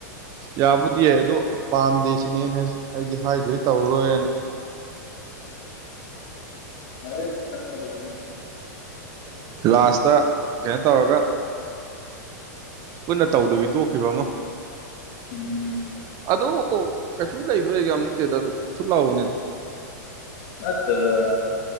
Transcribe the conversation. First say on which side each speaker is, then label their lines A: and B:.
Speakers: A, on the right (about 40°); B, on the left (about 55°).
A: ꯌꯥꯕꯨꯗꯤ ꯌꯥꯏ ꯑꯗꯣ ꯄꯥꯝꯗꯦ ꯁꯤꯅꯦ ꯑꯩꯅ ꯍꯥꯏꯁꯦ ꯑꯩꯗꯤ ꯍꯥꯏꯒꯔꯗꯤ ꯇꯧꯔꯔꯣꯏꯅ꯫
B: <unintelligible>
A: ꯂꯥꯁꯇ ꯀꯩꯅꯣ ꯇꯧꯔꯒ꯫ ꯄꯨꯟꯅ ꯇꯧꯗꯕꯤ ꯇꯣꯛꯈꯤꯕ ꯑꯃ꯫
B: ꯎꯝ꯫
A: ꯑꯗ ꯀꯩꯁꯨ ꯂꯩꯕ ꯑꯦꯖꯥꯝ ꯅꯠꯇꯦꯗ ꯑ ꯊꯨꯠ ꯂꯥꯛꯕꯅꯤꯗ
B: ꯅꯠꯇꯗ